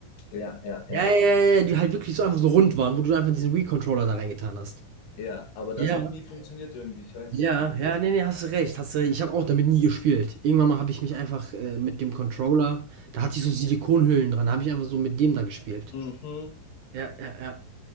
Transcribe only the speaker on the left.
ja, ja,
ja,
ja. Aber das
hat nie funktioniert irgendwie. Ich weiß
nicht warum.
Mhm.